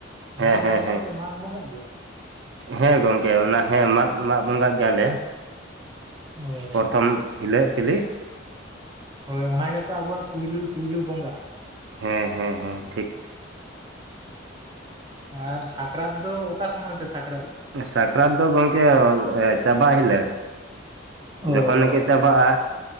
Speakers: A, on the right; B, on the right.
A: ᱦᱮᱸ
B: ᱢᱟᱜᱽ
A: ᱦᱮᱸ
B: ᱵᱚᱸᱜᱟ
A: ᱦᱮᱸ
B: ᱫᱚ ᱢᱟᱜᱽ ᱵᱚᱸᱜᱟᱟᱜ ᱜᱮ
A: ᱦᱮᱸ ᱜᱚᱝᱠᱮ ᱚᱱᱟ ᱦᱮᱸ ᱢᱟᱜ ᱢᱟᱜ ᱵᱚᱸᱜᱟ ᱜᱮᱭᱟᱞᱮ
B: ᱚ
A: ᱯᱨᱚᱛᱷᱚᱢ ᱦᱤᱞᱳᱜ ᱪᱤᱞᱤ
B: ᱦᱚᱭ ᱚᱱᱟ ᱜᱮᱛᱚ ᱟᱵᱚᱣᱟᱜ ᱯᱩᱭᱞᱩ ᱯᱩᱭᱞᱩ ᱵᱚᱸᱜᱟ
A: ᱦᱮᱸ ᱦᱮᱸ ᱦᱮᱸ ᱴᱷᱤᱠ
B: ᱟᱨ ᱥᱟᱠᱨᱟᱛ ᱫᱚ ᱚᱠᱟ ᱥᱚᱢᱚᱭ ᱯᱮ ᱥᱟᱠᱨᱟᱛ
A: ᱥᱟᱠᱨᱟᱛ ᱫᱚ ᱜᱚᱝᱠᱮ ᱪᱟᱵᱟᱜ ᱦᱤᱞᱟᱹᱜ
B: ᱚ
A: ᱡᱚᱠᱷᱚᱱ ᱜᱮ ᱪᱟᱵᱟᱜᱼᱟ